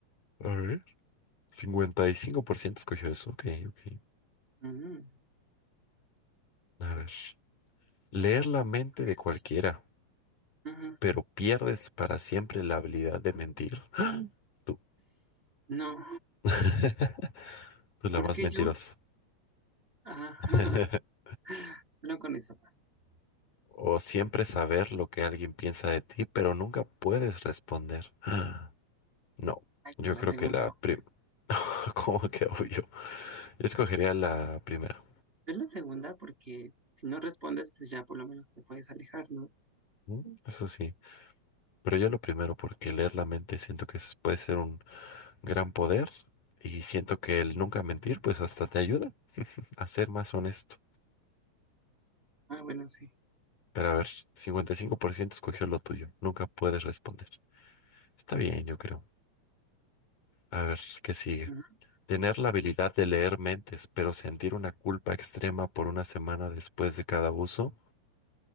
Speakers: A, on the left; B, on the right.
A: A ver. cincuenta y cinco por ciento escogió eso. Ok, ok.
B: Ujú.
A: A ver. Leer la mente
B: Que
A: de cualquiera,
B: sí. Ujú.
A: pero pierdes para siempre la habilidad de mentir. <gasps> Tú.
B: No.
A: <laughs> Tú la
B: ¿Por
A: más
B: qué
A: mentirosa.
B: yo? Ah,
A: <laughs>
B: <laughs> solo con eso más.
A: O siempre saber lo que alguien piensa de ti, pero nunca puedes responder. <gasps> No,
B: Ay,
A: yo
B: pues la
A: creo
B: segunda,
A: que la
B: obvio.
A: pri- <laughs> ¿Cómo que obvio? Yo escogería la primera.
B: Yo la segunda porque si no respondes, pues ya por lo menos te puedes alejar, ¿no?
A: Mm, Eso sí, pero yo lo primero porque leer la mente siento que es- puede ser un gran poder y siento que el nunca mentir pues hasta te ayuda a ser más honesto.
B: Ah, bueno, sí.
A: Pero a ver, 55% escogió lo tuyo, nunca puedes responder. Está bien, yo creo. A ver, ¿qué sigue?
B: Ujú.
A: Tener la habilidad de leer mentes, pero sentir una culpa extrema por una semana después de cada uso.